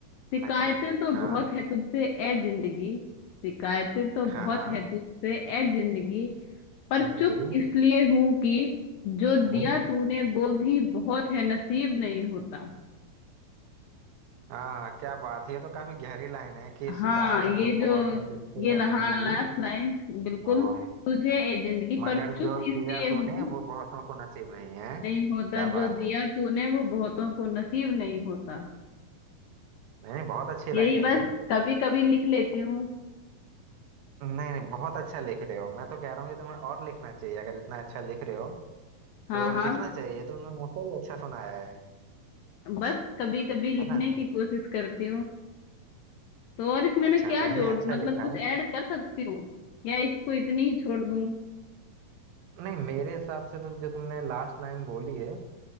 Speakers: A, on the left; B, on the right.
A: शिकायतें
B: अच्छा
A: तो
B: हाँ
A: बहुत है तुझसे ए जिंदगी शिकायतें तो बहुत
B: हाँ हाँ
A: है तुझसे ए जिंदगी पर
B: जिंदगी
A: चुप इसलिए हूं कि जो
B: हम्म
A: दिया तूने वो भी बहुत है नसीब नहीं होता
B: हाँ क्या बात है ये तो काफी गहरी लाइन है कि
A: हाँ
B: शिकायतें
A: ये
B: तो
A: जो
B: बहुत हैं तुझसे
A: ये ल-
B: ए
A: हाँ
B: जिंदगी
A: लास्ट लाइन बिल्कुल
B: हाँ।
A: तुझे ए जिंदगी
B: मगर
A: पर चुप
B: जो
A: इसलिए
B: दिया
A: हूँ
B: तूने वो बहुतों को नसीब नहीं है
A: नहीं होता
B: क्या
A: जो
B: बात
A: दिया
B: है
A: तूने वो बहुतों को नसीब नहीं होता
B: नहीं नहीं बहुत अच्छी
A: यही
B: लाइनें
A: बस
B: हैं
A: कभी कभी लिख लेती हूँ
B: नहीं नहीं बहुत अच्छा लिख रहे हो मैं तो कह रहा हूँ कि तुम्हें और लिखना चाहिए अगर इतना अच्छा लिख रहे हो
A: हाँ
B: तो
A: हाँ
B: लिखना चाहिए तुमने मुझसे भी अच्छा सुनाया है
A: बस कभी कभी लिखने
B: है ना
A: की कोशिश करती हूँ तो और इसमें मैं
B: अच्छा
A: क्या
B: नहीं नहीं
A: जोड़
B: अच्छा
A: मतलब
B: लिखा
A: कुछ
B: है
A: ऐड कर सकती हूँ या इसको इतनी ही छोड़ दूँ
B: नहीं मेरे हिसाब से तो जो तुमने लास्ट लाइन बोली है